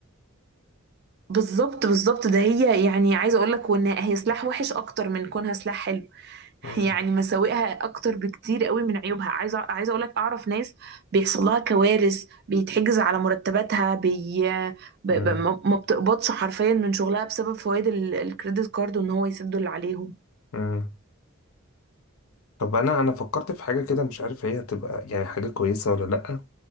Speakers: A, on the right; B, on the left.
A: بالظبط بالظبط ده هي يعني عايزه اقول لك وان هي سلاح وحش اكتر من كونها سلاح حلو <laughs>
B: مم.
A: يعني مساوئها اكتر بكتير قوي من عيوبها عايزه عايزه اقول لك اعرف ناس بيحصل لها كوارث بيتحجز على مرتباتها بي... ب...
B: مم.
A: ب... ما ما بتقبضش حرفيا من شغلها بسبب فوائد ال- الكريدت كارد وان هو يسدوا اللي عليهم
B: مم. طب انا انا فكرت في حاجة كده مش عارف هي هتبقى يعني حاجة كويسة ولا لأ